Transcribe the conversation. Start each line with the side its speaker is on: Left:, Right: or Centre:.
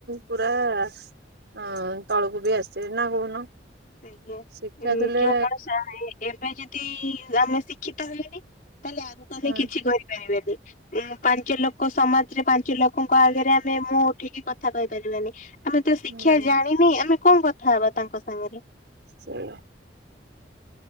Right: ପୁରା। ହଁ ତଳକୁ ବି ଆସେ ନା କହୁନ।
Left: ଆଜ୍ଞା ସେ
Right: ଶିକ୍ଷା ଥିଲେ
Left: ଯୋଉ ମଣିଷ। ଏବେ ଯଦି ଆମେ ଶିକ୍ଷିତ ହେଇନି ତାହେଲେ ଆଗକୁ ଆମେ
Right: ହୁଁ
Left: କିଛି କରିପାରିବାନି। ଉଁ ପାଞ୍ଚ ଲୋକ ସମାଜରେ ପାଞ୍ଚ ଲୋକଙ୍କ ଆଗରେ ଆମେ ମୁହଁ ଉଠିକି କଥା କହିପାରିବାନି। ଆମେ ତ ଶିକ୍ଷା
Right: ହୁଁ
Left: ଜାଣିନି ଆମେ କଣ କଥା ହବା ତାଙ୍କ ସାଙ୍ଗରେ।
Right: ସେୟା।